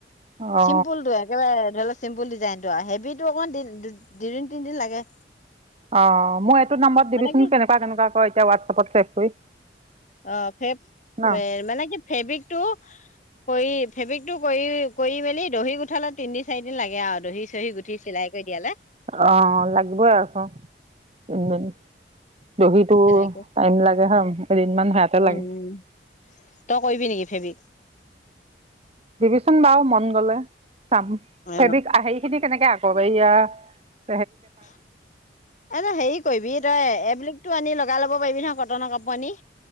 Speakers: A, on the right; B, on the left.
A: অ
B: চিম্পুলটো একেবাৰে চিম্পুল ডিজাইন টো আৰু হেভি টো অকমান দুদিন তিনিদিন লাগে
A: অ মই এইটো নাম্বৰত
B: মানে
A: দিবিচোন
B: কি
A: কেনেকুৱা কেনেকুৱা ক এতিয়া হোৱাটছএপত ছেভ কৰি
B: অ ফে
A: ন
B: মানে কি ফেব্ৰিকটো কৰি ফেব্ৰিকটো কৰি কৰি মেলি দহি গুঠালে তিনিদিন চাৰিদিন লাগে আৰু দহি চহি গুঠি চিলাই কৰি দিয়ালে
A: অ লাগিবই আক তিনদিন দহিতো
B: চিলাই কৰি
A: টাইম লাগে এদিনমান সেয়াতে লাগে
B: উম তই কৰিবি নেকি ফ্ৰেবিক
A: দিবি চোন বাও মন গলে চাম
B: অ
A: ফেৱিক সেই খিনি কেনেকে আক সেয়া হয় <inaudible>
B: এ ন হেৰি কৰিবি তই এবিলগতটো আনি লগাই লব পাৰিবি নহ কটনৰ কাপোৰ আনি